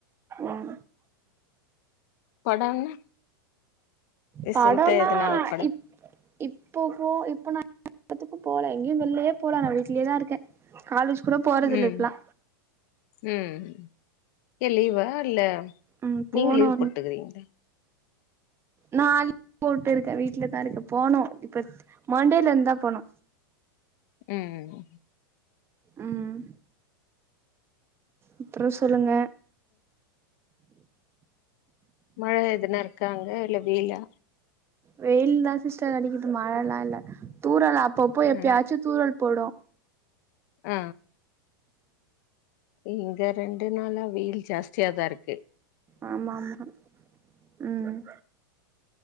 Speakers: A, on the right; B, on the left.
A: ம்
B: படம்னா ரீசென்ட்டா
A: பாடோனா
B: எதுனா ஒரு படம்
A: இப் இப்ப போ இப்ப நா <unintelligible> போல எங்கேயு வெல்லயே போல நா வீட்லயே தா இருக்க காலேஜ் கூட போறதில்ல
B: ம்
A: இப்பெல்லா
B: ம் ஏ லீவா இல்ல
A: ம் போனு
B: நீங்க லீவ் போட்டுக்குறீங்களா
A: நா <inaudible> போட்டுருக்க வீட்லதா இருக்க போனு இப்பத் மண்டேல இருந்தா போனு
B: ம்
A: உம் அப்றோ சொல்லுங்க
B: மழ எதுனா இருக்கா அங்க இல்ல வெயிலா
A: வெயில் தா சிஸ்டர் அடிக்கிது மழலா இல்ல தூரல் அப்பப்போ எப்பயாச்சு
B: ம்
A: தூரல் போடு
B: அ இங்க ரெண்டு நாளா வெயில் ஜாஸ்தியாதா இருக்
A: ஆமா ஆமா ம்